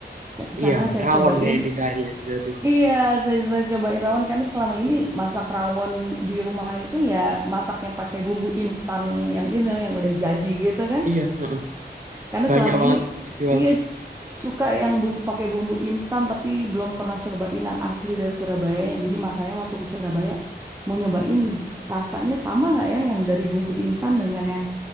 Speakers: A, on the right (about 15°); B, on the right (about 45°).
A: Saya ke
B: iya,
A: sana, saya
B: rawon
A: cobain
B: yang dicari ya di Jawa Timur.
A: Iya, saya, saya cobain rawon karena selama ini masak rawon di rumah itu ya masak yang pakai bumbu instan yang yang ini yang udah jadi gitu kan.
B: Iya, heeh.
A: Karena
B: Banyak
A: selama
B: banget
A: ini
B: dijual.
A: iya suka yang bum- pakai bumbu instan tapi belum pernah cobain yang asli dari Surabayanya. Jadi makanya waktu ke Surabaya mau nyobain rasanya sama nggak ya yang dari bumbu instan dengan yang